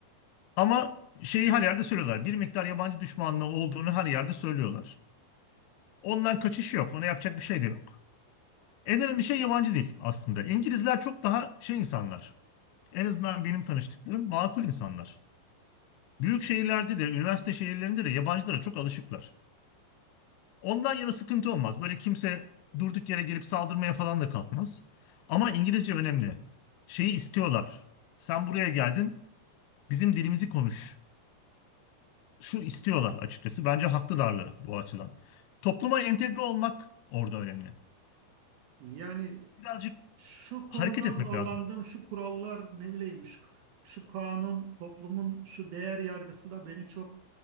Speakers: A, on the left (about 80°); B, on the right (about 75°).
A: Ama şeyi her yerde söylüyorlar. Bir miktar yabancı düşmanlığı olduğunu her yerde söylüyorlar. Ondan kaçış yok. Ona yapacak bir şey de yok. En önemli şey yabancı dil aslında. İngilizler çok daha şey insanlar. En azından benim tanıştıklarım makul insanlar. Büyük şehirlerde de, üniversite şehirlerinde de yabancılara çok alışıklar. Ondan yana sıkıntı olmaz. Böyle kimse durduk yere gelip saldırmaya falan da kalkmaz. Ama İngilizce önemli. Şeyi istiyorlar. Sen buraya geldin, bizim dilimizi konuş şu istiyorlar açıkçası. Bence haklılar da bu açıdan. Topluma entegre olmak orada önemli.
B: Yani
A: Birazcık
B: şu konuda
A: hareket etmek
B: zorlandım
A: lazım.
B: şu kurallar ne bileyim şu, şu kanun toplumun şu değer yargısı da beni çok